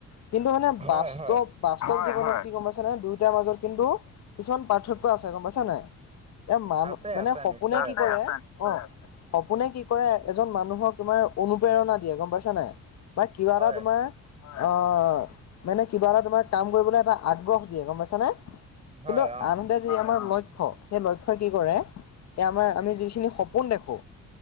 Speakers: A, on the left; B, on the right.
A: কিন্তু মানে
B: হয়
A: বাস্তৱ
B: হয়
A: বাস্তৱ, হয় হয়, জীৱনত কি গম পাইছা নে? দুয়োটাৰ মাজত কিন্তু কিছুমান পাৰ্থক্য আছে গম পাইছা নাই? এ মানুহ
B: আছে
A: মানে
B: আছে
A: সপোনে
B: নিশ্চয়
A: কি
B: আছে।
A: কৰে? অঁ সপোনে কি কৰে এজন মানুহক তোমাৰ অনুপ্ৰেৰণা দিয়ে গম পাইছা নাই? বা কিবা
B: হয়
A: এটা তোমাৰ অঁ মানে কিবা এটা তোমাৰ কাম কৰিবলৈ এটা আগ্ৰহ দিয়ে গম পাইছানে?
B: হয়
A: কিন্তু
B: অঁ
A: আনহাতে যদি আমাৰ ল লক্ষ্য, সেই লক্ষ্যই কি কৰে এই আমাৰ আমি যিখিনি সপোন দেখো,